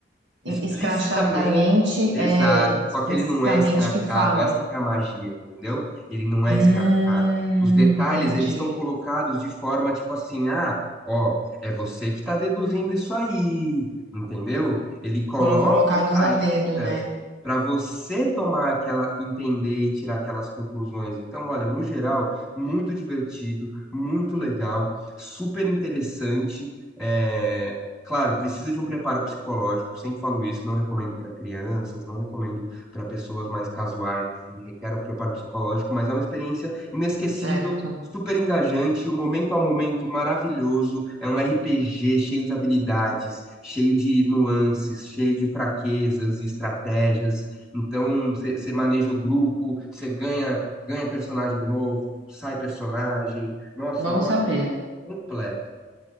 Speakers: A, in the centre; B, on the right.
A: Explicitamente,
B: escrachadamente,
A: exato.
B: é,
A: Só
B: explicitamente
A: que ele não é escrachado,
B: que fala.
A: essa que é a magia, entendeu? Ele não é
B: Hum,
A: escrachado. Os detalhes,
B: entendi.
A: eles estão colocados de forma tipo assim, ah, ó, é você que está deduzindo isso aí, entendeu? Ele coloca
B: Foram colocados
A: saídas
B: a dedo, né?
A: para você tomar aquela, entender e tirar aquelas conclusões. Então, olha, no geral, muito divertido, muito legal, super interessante. eh, Claro, precisa de um preparo psicológico, sempre falo isso, não recomendo para crianças, não recomendo para pessoas mais casuais, assim, requer um preparo psicológico, mas é uma experiência inesquecível,
B: Certo.
A: super engajante, o momento a momento maravilhoso, é um RPG cheio de habilidades, cheio de nuances, cheio de fraquezas e estratégias, então você maneja o grupo, você ganha, ganha personagem novo, sai personagem, nossa,
B: Bom
A: olha,
B: saber.
A: completo.